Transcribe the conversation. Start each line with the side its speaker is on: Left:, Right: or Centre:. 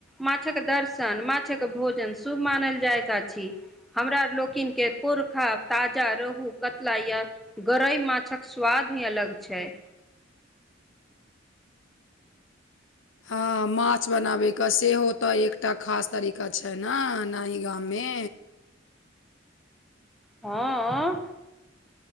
Centre: माछक दर्शन माछक भोजन शुभ मानल जाइत आछि। हमरा लोकिन के पोरखा ताजा रोहु कतला या गरई माछक स्वाद ही अलग छैय।
Left: हँ माछ बनावे क सेहो त एकटा खास तरीका छैय न नाही गामे
Centre: हँ।